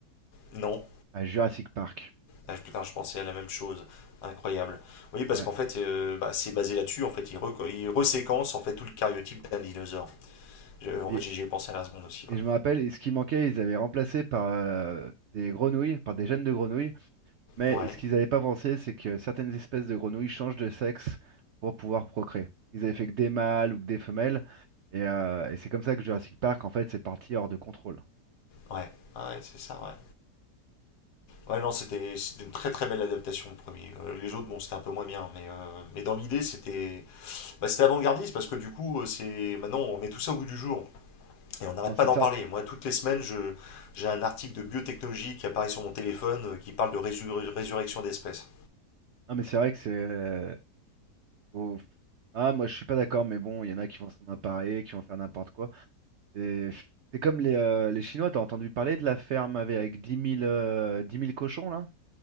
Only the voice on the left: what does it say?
Non.
Ah, je- putain, je pensais à la même chose. Incroyable. Oui, parce
qu'en fait, euh, bah, c'est basé là-dessus. En fait, ils, re- ils reséquencent en fait tout le cariotype d'un dinosaure. Je- en
fait, j'y ai pensé à la seconde aussi. Ouais.
Ouais.
Ouais. Ah, Ouais, c'est ça. Ouais. Ouais, non, c'était c'était une très très belle adaptation, le premier. Euh, les autres, bon, c'était un peu moins bien, mais, euh, mais dans l'idée, c'était bah, c'était avant-gardiste parce que du coup, euh, c'est maintenant, on met tout ça au goût du jour et on n'arrête
pas d'en
parler. Moi, toutes les semaines, je j'ai un article de biotechnologie qui apparaît sur mon téléphone euh, qui parle de résur- résurrection d'espèces.